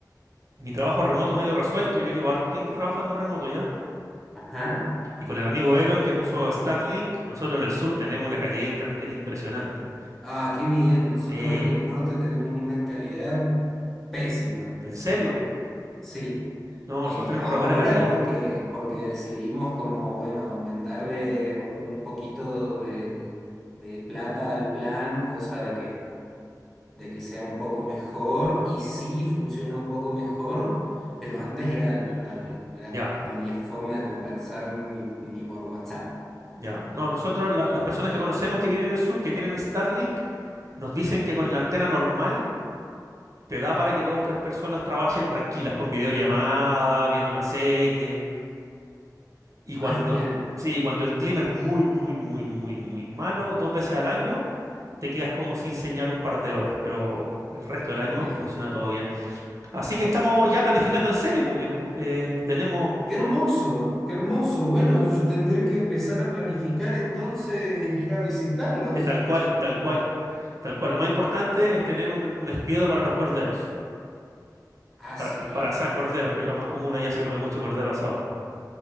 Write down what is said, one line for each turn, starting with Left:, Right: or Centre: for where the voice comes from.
Right: mi trabajo remoto medio resuelto, yo llevo harto tiempo trabajando remoto ya.
Centre: Ajá.
Right: Y con el amigo Elon que puso Starlink, nosotros en el sur tenemos una calidad de internet impresionante.
Centre: Ah, qué bien. Nosotros
Right: Sí,
Centre: en el norte tenemos una calidad pésima.
Right: ¿en serio?
Centre: Sí.
Right: No,
Centre: Eh,
Right: nosotros tenemos
Centre: ahora
Right: re buena calidad.
Centre: porque, porque decidimos como, bueno, aumentarle un, un poquito de, de plata al plan, cosa de que, de que sea un poco mejor y sí funciona un poco mejor, pero antes era deplorable. No era-
Right: Ya,
Centre: no había forma de conversar ni, ni por WhatsApp.
Right: ya. No, nosotros, la- las personas que conocemos que viven en el sur, que tienen Starlink, nos dicen que con la antena normal te da para que dos o tres personas trabajen tranquilas con videollamada, viendo una serie. Y cuando,
Centre: Ah, genial.
Right: sí, cuando el clima es muy, muy, muy, muy, muy malo, dos veces al año, te quedas como sin señal un par de horas, pero el resto del año
Centre: Ok.
Right: funciona todo bien. Así que estamos ya planificando en serio, pues viejo. Eh, tenemos mm,
Centre: Qué hermoso, qué hermoso. Bueno, yo tendré que empezar a planificar entonces ir a visitarlos.
Right: eh, tal cual, tal cual, tal cual. Lo más importante es tener un, un espiedo para los corderos,
Centre: Ah,
Right: para,
Centre: sí,
Right: para asar corderos, que es lo más común allá, se come mucho cordero asado.